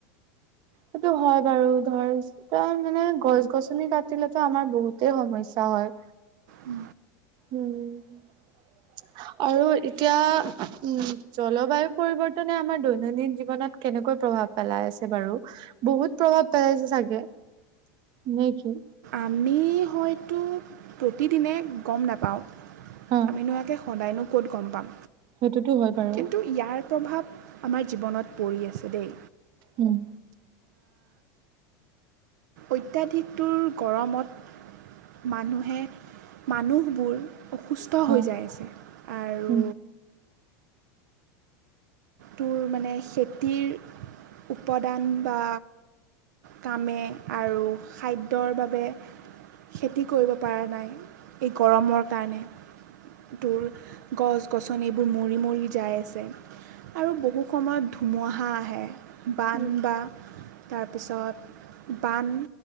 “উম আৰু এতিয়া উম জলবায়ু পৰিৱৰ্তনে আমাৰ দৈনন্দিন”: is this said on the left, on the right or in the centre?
Right